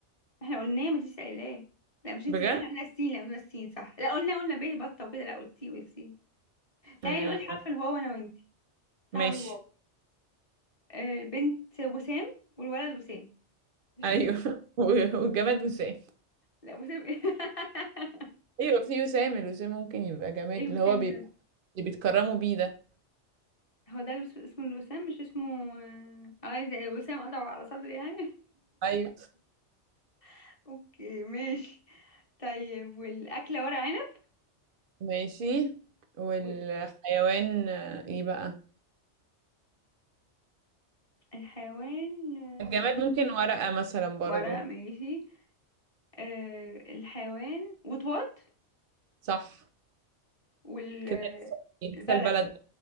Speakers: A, on the left; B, on the right.
A: احنا قلناه ما تنسيش قايلاه لا مش انتي
B: بجد
A: لا احنا قلنا السين لا قلنا السين صح لا قلنا قلنا ب بطة وكده لا قلتي قلتي تعالي
B: آه،
A: نقول حرف الواو انا وانتي
B: ماشي
A: صعب الواو آه، البنت وسام والولد وسام <laughs>
B: أيوه <laughs> و- والجماد وسام
A: لا وسام ايه <laughs>
B: أيوه في وسام الوسام ممكن يبقى جماد
A: ايه الوسام
B: اللي هو بيبقى
A: ده
B: اللي بيتكرموا بيه ده
A: هو ده الوس- اسمه الوسام مش اسمه اه آه، زي وسام قطعه على صدري يعني
B: أيوه
A: <laughs> اوكي ماشي طيب والاكله ورق عنب
B: ماشي والحيوان
A: وال-
B: آه، إيه بقى
A: الحيوان آه،
B: الجماد ممكن ورقة مثلا برضو
A: ورق ماشي آه، الحيوان وطواط
B: صح
A: والبلد
B: كده لسه لسه البلد